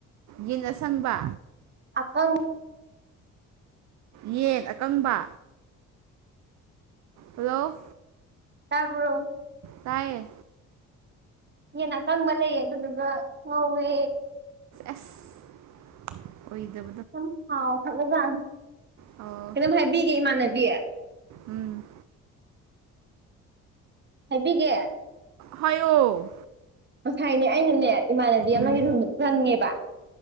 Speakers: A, on the right; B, on the right.
A: ꯌꯦꯟ ꯑꯁꯪꯕ
B: ꯑꯀꯪ
A: ꯌꯦꯟ ꯑꯀꯪꯕ ꯍꯜꯂꯣ
B: ꯇꯥꯕ꯭ꯔꯣ
A: ꯇꯥꯏꯌꯦ
B: ꯌꯦꯟ ꯑꯀꯪꯕ ꯂꯩꯌꯦ ꯑꯗꯨꯗꯨꯒ ꯉꯧꯋꯦ
A: ꯑꯁ ꯑꯣꯢꯗꯕ
B: ꯌꯥꯝ ꯍꯥꯎ ꯈꯔꯕ ꯖꯥꯠꯅꯦ
A: ꯑꯣ
B: ꯀꯩꯅꯣꯝ ꯍꯥꯏꯕꯤꯒꯦ ꯏꯃꯥꯟꯅꯕꯤ
A: ꯎꯝ
B: ꯍꯥꯏꯕꯤꯒꯦ
A: ꯍꯥꯏꯌꯣ
B: ꯉꯁꯥꯏꯅꯦ ꯑꯩꯅꯅꯦ ꯏꯃꯥꯟꯅꯕꯤ
A: ꯎꯝ
B: ꯑꯃꯒꯤ ꯔꯨꯝꯗ ꯆꯪꯉꯦꯕ